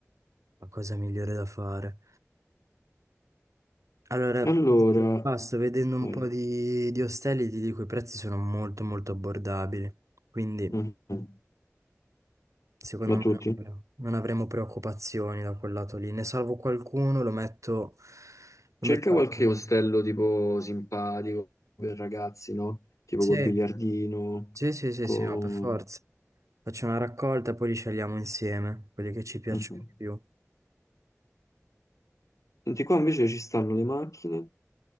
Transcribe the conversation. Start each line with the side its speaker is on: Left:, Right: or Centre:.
Right: la cosa migliore da fare. Allora,
Left: Allora,
Right: qua sto vedendo un
Left: vai.
Right: po' di, di ostelli, ti dico, i prezzi sono molto molto abbordabili. Quindi
Left: Mhm.
Right: Secondo
Left: Ma
Right: me
Left: tutti?
Right: non avrò- non avremo preoccupazioni da quel lato lì. Ne salvo qualcuno, lo metto... Lo
Left: Cerca
Right: metto...
Left: qualche
Right: a-
Left: ostello tipo simpatico per ragazzi, no? Tipo
Right: Sì,
Left: col biliardino,
Right: sì, sì, sì,
Left: con...
Right: sì, no, per forza. Faccio una raccolta e poi li scegliamo insieme, quelli che ci piacciono
Left: Mhm.
Right: di più.
Left: Senti, qua invece ci stanno le macchine